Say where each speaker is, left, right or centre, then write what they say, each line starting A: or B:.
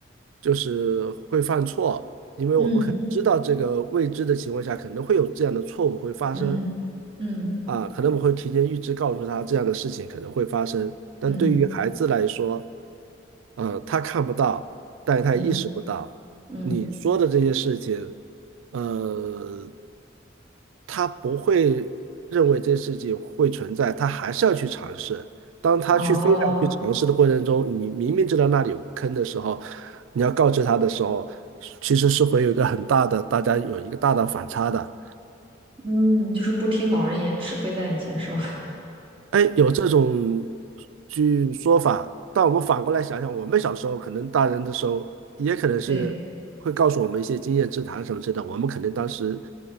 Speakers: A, on the right (about 80°); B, on the right (about 30°).
A: 就是会犯错，因为我们可能知道这个未知的情况下，
B: 嗯
A: 可能会有这样的错误会发生。
B: 嗯嗯
A: 啊，可能我们会提前预知告诉他这样的事情可能会发生，但对于孩子来说，
B: 嗯
A: 嗯，他看不到，但是他也意识不到你说的这些事情，
B: 嗯嗯，
A: 呃，他不会认为这事情会存在，他还是要去尝试。当他去非常去尝试的过程中，
B: 哦，
A: 你明明知道那里有坑的时候，你要告知他的时候，其实是会有一个很大的，大家有一个大的反差的。
B: 嗯，就是不听老人言，吃亏在眼前，是吧？<laughs>
A: 哎，有这种句说法，但我们反过来想想，我们小时候可能大人的时候，也可能是会告诉我们一些经验之谈什么之类的，
B: 对，
A: 我们可能当时